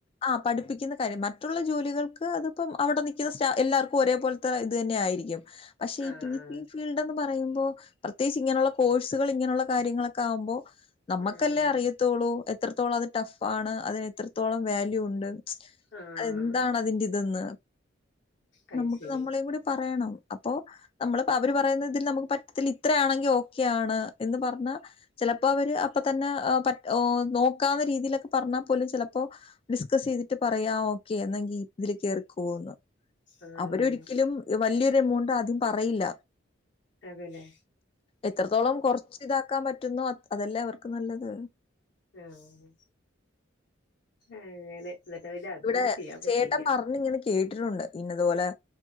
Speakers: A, on the left; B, on the left.
A: ആ പഠിപ്പിക്കുന്ന കാര്യം മറ്റുള്ള ജോലികൾക്ക് ഹ് അത്പ്പം അവടെ നിക്ക്ന്ന സ്റ്റാ എല്ലാർക്കും ഒരേപോല്ത്തെ ഇതെന്നെയായിരിക്കും. പക്ഷെ ഈ
B: ആഹ്
A: കി
B: ആഹ്
A: <unintelligible> ഫീൽഡൊന്നും പറയുമ്പോ പ്രത്യേകിച്ച് ഇങ്ങനുള്ള കോഴ്സുകൾ ഇങ്ങനുള്ള കാര്യങ്ങളക്കാകുമ്പോ നമ്മക്കല്ലേ
B: ആഹ്
A: അറിയത്തോള്ളൂ എത് എത്രത്തോളം അത് ടഫ്ഫാണ് അതിന് എത്രത്തോളം വാല്യൂ ഉണ്ട്
B: ആഹ്
A: അതെന്താണ് അതിന്റെ ഇത് ഇന്ന്
B: അത്
A: നമുക്ക്
B: ശരി
A: നമ്മളേംകൂടി പറയണം അപ്പൊ നമ്മള പ്പ അവര് പറയുന്നതിൽ നമുക്ക് പറ്റത്തില്ല ഇത്രയാണെങ്കിൽ ഓക്കെയ ആണ് എന്ന് പറഞ്ഞാ ചെലപ്പോ അവര് അപ്പ തന്നെ ആഹ് പറ്റ് ഓഹ് നോക്കാവ്ന്ന രീതിലെക്ക പറഞ്ഞാ പോലും ചെലപ്പോ ഡിസ്കസ് ചെയ്തിട്ട് പറയാം ഓക്കെ എന്നെങ്കി ഇതില് കേറി <unintelligible>
B: ആഹ്
A: അവരൊരിക്കലും വല്യൊരു എമൗണ്ട് ആദ്യം പറയില്ല.
B: അതെല്ലേ
A: എത്രത്തോളം കൊറച്ച് ഇതാക്കാൻ പറ്റുന്നു അത് അതല്ലേ അവർക്ക് നല്ലത്.
B: ആഹ് അങ്ങനെ എന്നിട്ട് പിന്നെ അതൊന്നും
A: ഇവിടെ
B: ചെയ്യാൻ പറ്റിയില്ല
A: ചേട്ടൻ പറഞ്ഞ് ഇങ്ങനെ കേ കേട്ടിട്ടുണ്ട് ഇന്നതുപോലെ